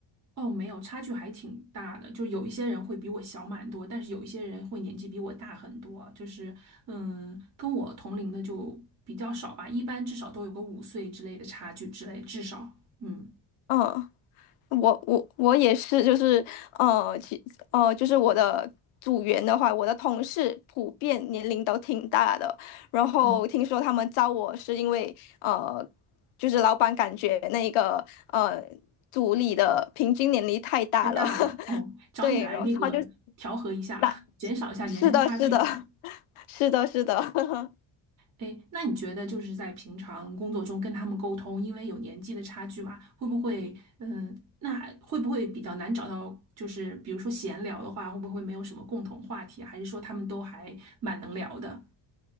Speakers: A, on the right (about 35°); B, on the left (about 90°).
A: 哦，没有，差距还挺大的，就有一些人会比我小蛮多，但是有一些人会年纪比我大很多，就是嗯，跟我同龄的就比较少吧，一般至少都有个五岁之类的差距之类，至少嗯。
B: 嗯我我我也是，就是呃，其呃，就是我的组员的话，我的同事普遍年龄都挺大的。然后听说他们招我是因为呃，
A: 嗯，
B: 就是老板感觉那个呃组里的平均年龄太大了，
A: 太大了哦，
B: <laughs>
A: 找你来那个调和一下，
B: 对，然后他就打，
A: <laughs> 减少一下年龄差距。
B: 是的，是的，<laughs> 是的，是的。<laughs>
A: 哎，那你觉得就是在平常工作中跟他们沟通，因为有年纪的差距嘛，会不会嗯，那还会不会比较难找到？就是比如说闲聊的话，会不会没有什么共同话题啊？还是说他们都还蛮能聊的？